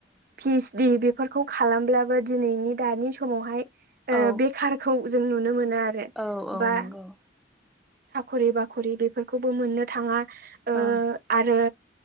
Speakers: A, on the right (about 50°); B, in the centre.
A: पि ओसडि बेफोरखौ खालामब्लाबो दिनैनि दानि समावहाय ओ
B: औ
A: बेखारखौ जों नुनो मोनो आरो
B: औ औ
A: बा
B: नंगौ
A: साख'रि बाख'रि बेफोरखौबो मोन्नो थाङा। ओ
B: ओं
A: आरो